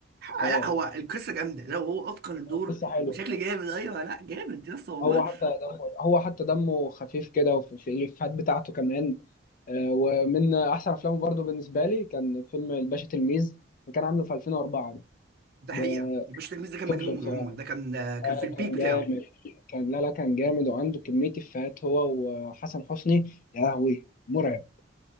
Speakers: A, on the right; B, on the left.
A: لا
B: اه
A: هو القصه جامده لو هو اتقن الدور
B: قصة حلوة
A: بشكل جامد ايوه لا جامد يا اسطى والله
B: هو حتى دمه هو حتى دمه خفيف كده وفي في الإفيهات بتاعته كمان آه، ومن أحسن أفلامه برضه بالنسبة لي كان فيلم الباشا تلميذ اللي كان عامله في 2004 ده
A: ده
B: ده
A: حقيقه الباشا تلميذ ده كان
B: توب
A: مجنون
B: بصراحة
A: عموما ده كان كان
B: آه،
A: في البيك
B: كان
A: بتاعه
B: جامد كان لا لا كان جامد وعنده كمية إفيهات هو وحسن حسني يا لهوي مرعب